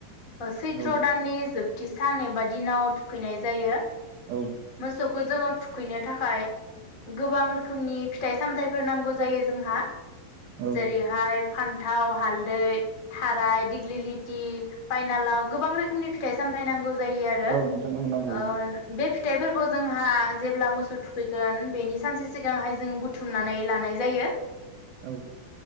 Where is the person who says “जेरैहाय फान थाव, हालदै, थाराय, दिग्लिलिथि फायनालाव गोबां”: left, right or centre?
Left